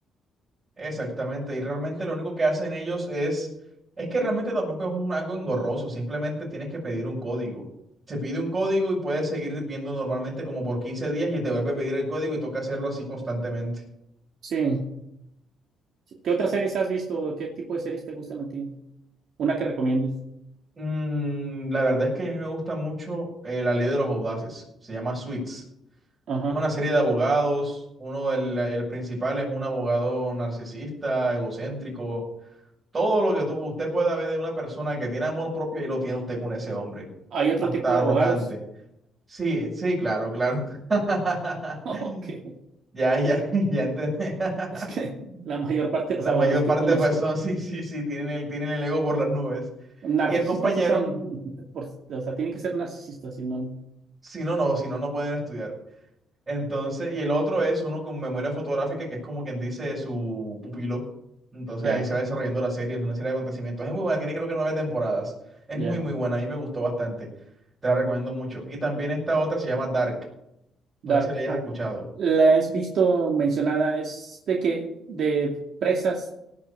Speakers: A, on the right (about 30°); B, on the right (about 65°).
A: Exactamente, y realmente lo único que hacen ellos es... Es que realmente tampoco es un, algo engorroso, simplemente tienes que pedir un código. Se pide un código y puedes seguir viendo normalmente como por 15 días y te vuelve a pedir el código y toca hacerlo así constantemente.
B: Sí. ¿Qué otras series has visto? ¿Qué tipo de series te gustan a ti? Una que recomiendes.
A: Mm, la verdad es que a mí me gusta mucho eh, la ley de los audaces, se llama Suits.
B: Ajá.
A: Es una serie de abogados. Uno, el, el principal es un abogado narcisista, egocéntrico. Todo lo que tú- usted pueda ver de una persona que tiene amor propio, ahí lo tiene usted con ese hombre.
B: ¿Hay otro
A: Hasta
B: tipo de
A: arrogante.
B: abogados?
A: Sí, sí, claro, claro. <laughs>
B: <laughs> Ok.
A: Ya, ya, <laughs> ya entendí.
B: Es
A: <laughs>
B: que la mayor parte de
A: La
B: los abogados
A: mayor
B: que
A: parte,
B: conozco.
A: pues son, sí, sí, sí, tienen el, tienen el ego por las nubes.
B: Narcisistas
A: Y el compañero,
B: sí son, por- o sea, tienen que ser narcisistas, si no,
A: si no, no, si no, no pueden estudiar. Entonces, y el otro es uno con memoria fotográfica, que es como quien dice su pupilo. Entonces
B: ya,
A: ahí se va desarrollando la serie, es una serie de acontecimientos. Es muy buena, tiene creo que nueve temporadas. Es
B: ya.
A: muy, muy buena, a mí me gustó bastante. Te la recomiendo mucho. Y también esta otra se llama Dark,
B: Dark.
A: no sé si la hayas
B: Ah,
A: escuchado.
B: la has visto mencionada, es de que, de presas